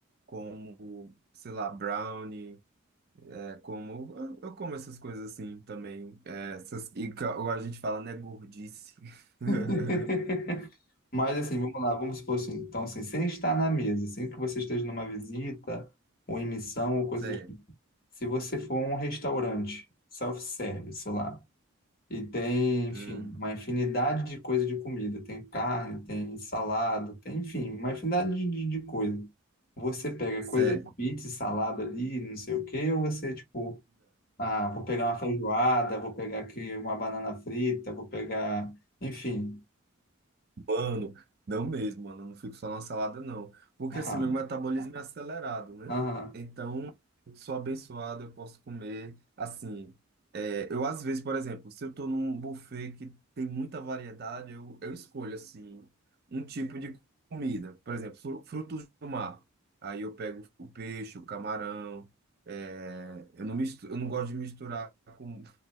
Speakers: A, on the right (about 45°); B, on the left (about 45°).
A: como, sei lá, brownie. É como eu, eu como essas coisas assim também. É, essas, e ca- ou a gente fala, né, gordice. <laughs>
B: <laughs> Mas assim, vamos lá, vamos supor assim, então assim, sem estar na mesa, sem que você esteja numa visita ou em missão ou coisa
A: Cê,
B: do tipo. Se você for a um restaurante self-service lá e tem, enfim,
A: hum,
B: uma infinidade de coisa de comida, tem carne, tem salada, tem, enfim, uma infinidade de, de de coisa. Você pega
A: cê,
B: coisa de pizza, salada ali, não sei o quê, ou você tipo, ah, vou pegar uma feijoada, vou pegar aqui uma banana frita, vou pegar, enfim.
A: Mano, não mesmo, mano. Eu não fico só na salada, não. Porque
B: <laughs>
A: assim, meu metabolismo é acelerado, né?
B: Aham.
A: Então, eu sou abençoado, eu posso comer. Assim, é, eu às vezes, por exemplo, se eu tô num buffet que tem muita variedade, eu, eu escolho, assim, um tipo de comida. Por exemplo, fru- frutos do mar. Aí eu pego o peixe, o camarão. é, eu não mistu- eu não gosto de misturar com